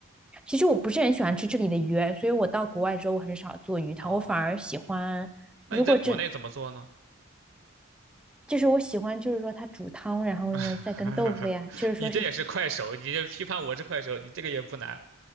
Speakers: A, in the centre; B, on the right.
A: 其实我不是很喜欢吃这里的鱼，所以我到国外之后我很少做鱼汤，
B: 哦，
A: 我反而喜欢，
B: 那你在国内怎么做呢？
A: 如果真就是我喜欢，就是说它煮汤，然后呢再跟豆腐呀，
B: <laughs>
A: 就是说是
B: 你这也是快手，你这批判我是快手，你这个也不难。